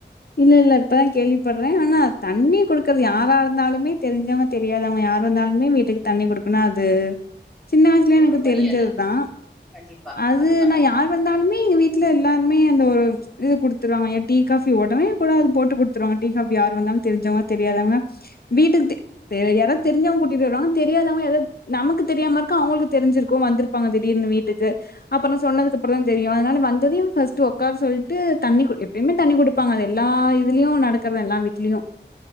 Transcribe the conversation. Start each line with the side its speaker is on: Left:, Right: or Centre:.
Left: இல்ல இல்ல இப்பதா கேள்விப்படுறே ஆனா தண்ணி குடுக்கற்து யாரா இருந்தாலுமே தெரிஞ்சாங்க தெரியாதவாங்க யார் வந்தாலுமே வீட்டுக்கு தண்ணி குடுக்கணு அது சின்ன வய்சுலயே எனக்கு
Centre: ஒரு மரியாத.
Left: தெரிஞ்சது தா
Centre: ஆமா. கண்டிப்பா.
Left: அது
Centre: அதுக்கான
Left: நா யார் இருந்தாலுமே எங்க வீட்ல எல்லாருமே அந்த ஒரு இது குடுத்துருவாங்க ஏ டீ கஃப் ஒடனே கூட அது போட்டு குடுத்துருவாங்க டீ காபி யார் வந்தாலும் தெரிஞ்சவங்க வீட்டுக்கு தெ யாராவ தெரி்சவங்க கூட்டிட்டு வருவாங்க தெரியாதவங்க ஏதாது நமக்கு தெரியாம இருக்க அவங்களுக்கு தெரிஞ்சிருக்கும் வந்துரு இருப்பாங்க திடீர்னு வீட்டுக்கு அப்றம் சொன்னதுக்கு அப்புற தான் தெரியும் அதனால வந்ததையு ஒக்கார் சொல்ட்டு தண்ணி குடு எப்பயுமே தண்ணி குடு ப்பாங்க அது எல்லா இதுலயும் நடக்கறது தா எல்லா வீட்லயும்